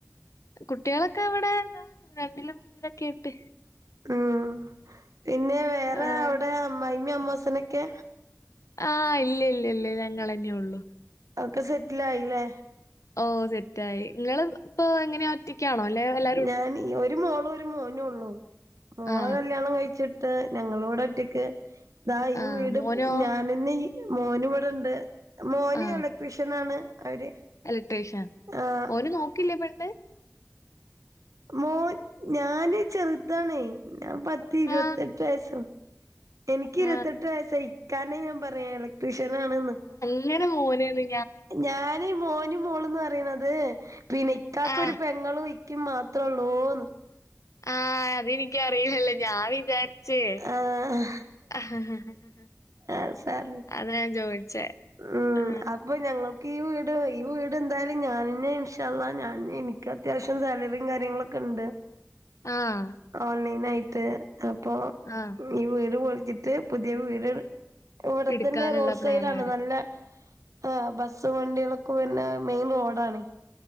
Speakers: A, on the left; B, on the right.
A: കുട്ടിയേളൊക്കെ വടെ ദാ രണ്ടിലും മൂന്നിലൊക്കെയ്ട്ട്
B: ഉം പിന്നെ വേറെ
A: ആഹ്
B: അവിടെ അമ്മായിമ്മിം അമ്മോസനൊക്കെ
A: ആഹ് ഇല്ല ഇല്ല ഇല്ല ഞങ്ങളന്നേ ഒള്ളൂ
B: ഒക്കെ സെറ്റ്ല് ആയി ല്ലേ
A: ഓഹ് സെറ്റായി. ഇങ്ങള് ഇപ്പൊ എങ്ങനെയാ ഒറ്റ ക്ക്യാണോ അല്ലെ വല്ല
B: ഞാന് ഒരു മോളു ഒരു മോനു ഒള്ളൂ മോളെ
A: ആ.
B: കല്യാണം കഴിച്ചിട്ട് ഞങ്ങള ഇവടെ ഒറ്റക്ക് ദാ ഈ
A: ആ.
B: വീട്
A: മോനോ?
B: ഞാനന്നെ ഈ, മോന് ഇവടെണ്ട്. മോന്
A: ആ.
B: എലക്ട്രീഷ്യൻ ആണ് അവര്
A: ഇലക്ട്രീഷ്യൻ.
B: ആഹ്
A: ഓന് നോക്കില്ലേ പെണ്ണ്?
B: മോൻ ഞാന് ചെറുതാണെ ഞാൻ പ ത്തിരുപത്തെട്ട്
A: ആ.
B: വയസോ എനിക്ക്
A: ആ.
B: ഇരുപത്തെട്ട് വയസ്സാ. ഇക്കാനെ ഞാൻ പറയാ എല ക്ട്രീക്ഷൻ ആണ് ന്ന്
A: ഇങ്ങടെ മോനെന്ന്
B: ഞാന് മോന് മോളുംന്ന് പറിണത് പിന്നെ ഇക്കാക്ക്
A: ആ.
B: ഒരു പെങ്ങളും ക്കും മാത്രൊള്ളൂ ന്ന്.
A: ആഹ് അതെനിക്കറിയില്ലല്ലോ ഞാൻ വിചാരിച്ചേ
B: ആഹ്
A: ഹ ഹ ഹ
B: ആഹ് സാരല്ല
A: അതാ ഞാൻ ചോദിച്ചേ.
B: ഉം
A: ആ.
B: അപ്പം ഞങ്ങൾ ക്കീ വീട്. ഈ വീട് എന്തായാലും ഞാനന്നെ ഇൻഷാ അള്ളാഹ് ഞാനന്നെ. ഇൻക്ക് അത്യാവശ്യം സാലറിയും കാര്യങ്ങളൊക്കെ ണ്ട്.
A: ആഹ്
B: ഓൺലൈൻ ആയിട്ട് അപ്പൊ
A: ആഹ്
B: ഈ വീട് പൊളിച്ചിട്ട് പുതിയ വീട് ഇവിടെത്തന്നെ
A: എടുക്കാനുള്ള
B: റോഡ്
A: പ്ലാനാണ്.
B: സൈഡാ ല്ല ആഹ് ബസ്സും വണ്ടികളൊക്കെ വര്ന മെയിൻ റോഡാണെ.